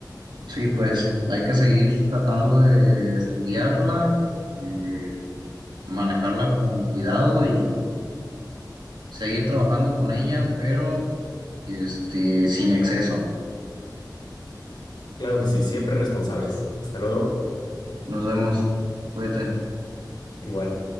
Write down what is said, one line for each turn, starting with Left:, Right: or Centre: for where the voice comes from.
Right: Sí, pues hay que seguir tratando de estudiarla, eh, manejarla con cuidado y seguir trabajando con ella, pero este, sin exceso.
Left: Claro que sí, siempre responsables. Hasta luego.
Right: Nos vemos. Cuídate.
Left: Igual.